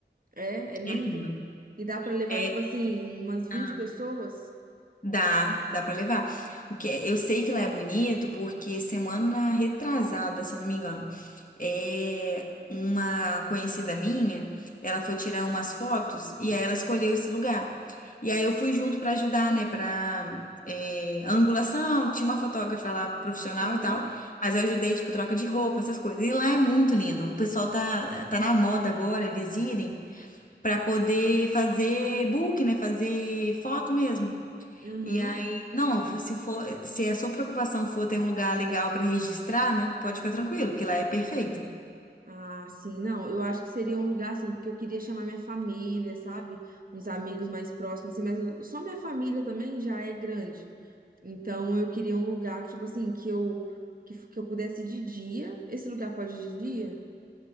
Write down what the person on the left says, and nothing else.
É lindo.
É.
ah,
Dá, dá pra levar. O que eu sei que lá é bonito porque semana retrasada, se eu não me engano, é uma conhecida minha, ela foi tirar umas fotos e aí ela escolheu esse lugar. E aí eu fui junto pra ajudar, né, para angulação, tinha uma fotógrafa lá profissional
e tal, mas eu ajudei tipo troca de roupa, essas coisas. E lá é muito lindo. O pessoal tá tá na moda agora eles irem pra poder fazer book, né, fazer foto mesmo.
E aí, não, se for, se a sua preocupação for ter um lugar legal para registrar, não pode ficar tranquilo, porque lá é perfeito.